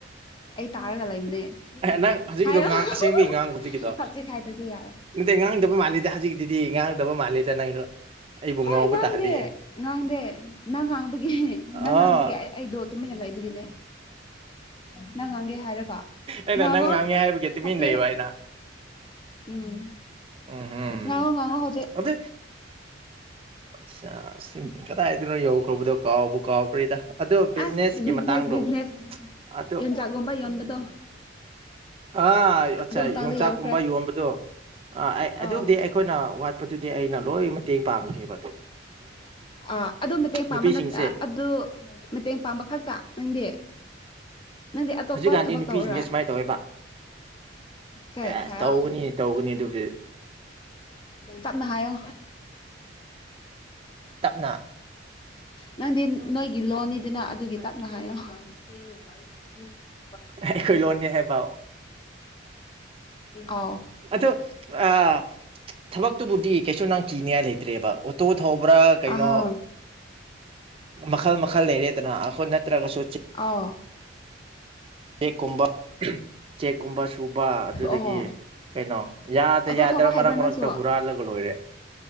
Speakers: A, on the left; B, on the right.
A: ꯑꯩ ꯇꯥꯔꯒ ꯂꯩꯕꯅꯦ
B: ꯑꯦ ꯅꯪ ꯍꯧꯖꯤꯛꯀꯤꯗꯣ
A: ꯍꯥꯏꯌꯣ
B: ꯉꯥꯡ
A: <unintelligible>
B: ꯑꯁꯦꯡꯕꯒꯤ ꯉꯥꯡ ꯍꯧꯖꯤꯛꯀꯤꯗꯣ
A: ꯍꯧꯖꯤꯛ ꯍꯥꯏꯗ꯭ꯔꯗꯤ ꯌꯥꯔꯣꯏ
B: ꯅꯠꯇꯦ ꯉꯥꯡꯗꯕ ꯃꯥꯜꯂꯤꯗ ꯍꯧꯖꯤꯛꯇꯤꯗꯤ ꯉꯥꯡꯗꯕ ꯃꯥꯜꯂꯤꯗ ꯅꯪꯁꯨ ꯑꯩꯕꯨ
A: ꯍꯣꯏ
B: ꯉꯥꯎꯕ
A: ꯉꯥꯡꯗꯦ
B: ꯇꯥꯍꯜꯂꯤꯍꯦ
A: ꯉꯥꯡꯗꯦ ꯅꯪ ꯉꯥꯡꯕꯒꯤ
B: ꯑ
A: ꯅꯪ ꯉꯥꯡꯕꯒꯤ ꯑꯩ ꯑꯩꯗꯣ ꯇꯨꯃꯤꯟꯅ ꯂꯩꯕꯒꯤꯅꯦ ꯅꯪ ꯉꯥꯡꯒꯦ ꯍꯥꯏꯔꯒ
B: ꯑꯩꯅ
A: ꯉꯥꯡꯉꯣ
B: ꯅꯪ ꯉꯥꯡꯉꯦ ꯍꯥꯏꯕꯒꯤ ꯇꯨꯃꯤꯟ
A: ꯍꯣꯆꯦꯛ
B: ꯂꯩꯕ ꯑꯩꯅ
A: ꯎꯝ
B: ꯎꯝ ꯍꯝ
A: ꯉꯥꯡꯉꯣ ꯉꯥꯡꯉꯣ ꯍꯧꯖꯤꯛ
B: ꯑꯗꯨ ꯑ ꯀꯗꯥꯏꯗꯅꯣ ꯌꯧꯈ꯭ꯔꯕꯗꯣ ꯀꯥꯎꯕꯨ ꯀꯥꯎꯈ꯭ꯔꯦꯗ ꯑꯗꯨ ꯕꯤꯖꯤꯅꯦꯁꯀꯤ
A: ꯑꯁ ꯕꯤ
B: ꯃꯇꯥꯡꯗꯣ
A: ꯖꯤꯅꯦꯁ ꯕꯤꯖꯤꯅꯦꯁ
B: ꯑꯗꯨ
A: ꯌꯣꯟꯆꯥꯛ ꯒꯨꯝꯕ ꯌꯣꯟꯕꯗꯣ
B: ꯑꯥ ꯌꯣꯟꯆꯥꯛ
A: ꯑꯗꯨ ꯃꯇꯥꯡꯗ
B: ꯌꯣꯡꯆꯥꯛꯒꯨꯝꯕ
A: ꯌꯥꯎꯈ꯭ꯔꯦ
B: ꯌꯣꯟꯕꯗꯣ ꯑꯥ ꯑꯥꯏ
A: ꯑꯥꯎ
B: ꯑꯗꯨꯕꯨꯗꯤ ꯑꯩꯈꯣꯏꯅ ꯋꯥꯠꯄꯗꯨꯗꯤ ꯑꯩꯅ ꯂꯣꯏ ꯃꯇꯦꯡ ꯄꯥꯡꯕꯅꯦꯕ
A: ꯑꯥ ꯑꯗꯨ ꯃꯇꯦꯡꯄꯥꯡꯕ
B: ꯅꯨꯄꯤꯁꯤꯡꯁꯦ
A: ꯅꯠ ꯑꯥ ꯑꯗꯨ ꯃꯇꯦꯡ ꯄꯥꯡꯕ ꯈꯛꯇ ꯅꯪꯗꯤ ꯅꯪꯗꯤ ꯑꯇꯣꯞꯄ
B: ꯍꯧꯖꯤꯛꯀꯥꯟꯗꯤ
A: ꯊꯕꯛ
B: ꯅꯨꯄꯤꯁꯤꯡꯁꯦ
A: ꯇꯧꯔꯥ
B: ꯁꯨꯃꯥꯏꯅ ꯇꯧꯋꯦꯕ
A: ꯀꯩ
B: ꯑꯦ
A: ꯍꯥꯏꯌꯣ
B: ꯇꯧꯒꯅꯤ ꯇꯧꯒꯅꯤ ꯑꯗꯨꯕꯨꯗꯤ
A: ꯇꯞꯅ ꯍꯥꯏꯌꯣ
B: ꯇꯞꯅ
A: ꯅꯪꯗꯤ ꯅꯣꯏꯒꯤ ꯂꯣꯟꯅꯤꯗꯅ ꯑꯗꯨꯒꯤ ꯇꯞꯅ ꯍꯥꯏꯌꯣ <unintelligible>
B: ꯑꯩꯈꯣꯏꯂꯣꯟꯅꯤ ꯍꯥꯏꯕ
A: ꯑꯥꯎ
B: ꯑꯗꯣ ꯑꯥ ꯊꯕꯛꯇꯨꯕꯨꯗꯤ ꯀꯩꯁꯨ ꯅꯪ ꯀꯤꯅꯤꯉꯥꯏ ꯂꯩꯇ꯭ꯔꯦꯕ ꯑꯣꯇꯣ ꯊꯧꯕ꯭ꯔꯥ ꯀꯩꯅꯣ
A: ꯑꯍꯥ
B: ꯃꯈꯜ ꯃꯈꯜ ꯂꯩꯔꯦꯗꯅ ꯑꯈꯣꯏ ꯅꯠꯇ꯭ꯔꯒꯁꯨ ꯆꯤꯞ
A: ꯑꯥꯎ
B: ꯀꯨꯝꯕ ꯎꯝ ꯆꯦꯛ ꯀꯨꯝꯕ ꯁꯨꯕ ꯑꯗꯨꯗꯒꯤ
A: ꯑꯣ
B: ꯀꯩꯅꯣ ꯌꯥꯗ
A: ꯑꯣꯇꯣ
B: ꯌꯥꯗꯔ
A: ꯊꯧꯕ ꯍꯩꯕ꯭ꯔꯥ
B: ꯃꯔꯛ
A: ꯅꯪꯁꯨ
B: ꯃꯔꯛꯇ ꯍꯨꯔꯥꯜꯂꯒ ꯂꯣꯏꯔꯦ